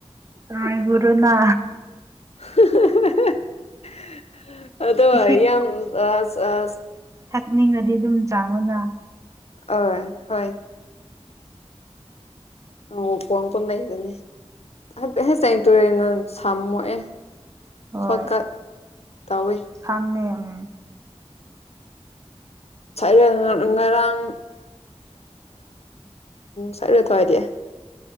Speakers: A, on the right; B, on the left.
A: ꯔꯣꯏꯒꯨꯔꯨꯅꯥ
B: ꯍꯍꯍꯍ ꯑꯗꯣ
A: ꯏꯁꯤꯡ
B: ꯌꯥꯝ ꯌꯥꯝ ꯑꯁ ꯑꯁ
A: ꯊꯛꯅꯤꯡꯉꯗꯤ ꯑꯗꯨꯝ ꯆꯥꯡ ꯃꯅ
B: ꯑ ꯍꯣꯏ ꯎ ꯄꯣꯡ ꯄꯣꯟ ꯂꯩꯗꯅꯦ ꯍꯥꯏꯐꯦꯠ ꯍꯦ ꯆ ꯇꯨꯔꯦꯅ ꯁꯝꯃꯛꯣꯛꯑꯦ
A: ꯍꯣꯏ
B: ꯁꯣꯏꯀꯔ ꯇꯧꯋꯤ
A: ꯁꯥꯝꯃꯦ ꯎꯝ
B: ꯔ ꯉꯔꯥꯡ ꯁꯥꯏꯔꯣ ꯑꯗꯨꯋꯥꯏꯗꯤ